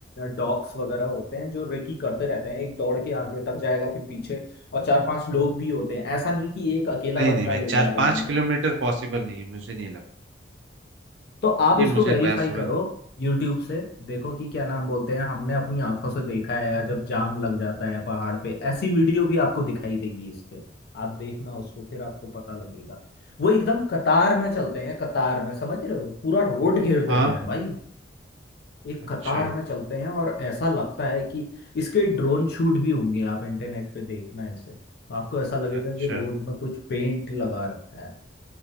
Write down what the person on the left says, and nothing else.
डॉग्स वगैरह होते हैं जो रेकी करते रहते हैं एक दौड़ के आगे तक जाएगा फिर पीछे और चार पांच लोग भी होते हैं ऐसा नहीं कि एक अकेला
बंदा
ले
जा रहा
है उन्हें
तो आप
इसको
वेरीफाई
करो
यूट्यूब से देखो कि क्या नाम बोलते हैं हमने अपनी आंखों से देखा है यार जब जाम लग जाता है पहाड़ पे ऐसी वीडियो भी आपको दिखाई देगी इस पे आप देखना उसको फिर आपको पता लगेगा वो एकदम कतार में चलते हैं कतार में समझ रहे हो पूरा रोड घेर देते
हैं भाई एक
कतार में चलते हैं और ऐसा लगता है कि इसके ड्रोन शूट भी होंगे आप इंटरनेट पे देखना ऐसे तो आपको ऐसा लगेगा
कि रोड में कुछ पेंट लगा रखा है